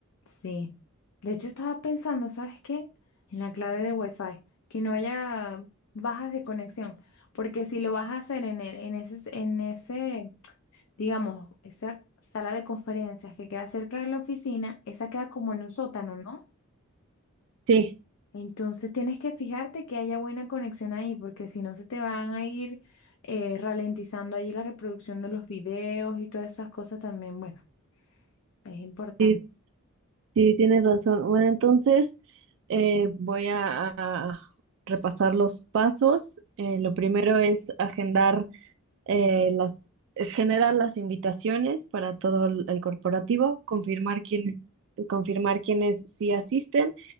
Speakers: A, on the left; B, on the right.
A: Sí. De hecho, estaba pensando, ¿sabes qué? En la clave del Wi-Fi, que no haya bajas de conexión, porque si lo vas a hacer en el- en ese, en ese, digamos, esa sala de conferencias que queda cerca de la oficina, esa queda como en un sótano, ¿no?
B: Sí,
A: Entonces tienes que fijarte que haya buena conexión ahí, porque si no se te van a ir eh, ralentizando allí la reproducción de los videos y todas esas cosas también. Bueno, es importante
B: sí, Sí, tienes razón. Bueno, entonces eh, voy a, a repasar los pasos. Eh, lo primero es agendar eh, las, eh, generar las invitaciones para todo el, el corporativo, confirmar quiénes, confirmar quiénes sí asisten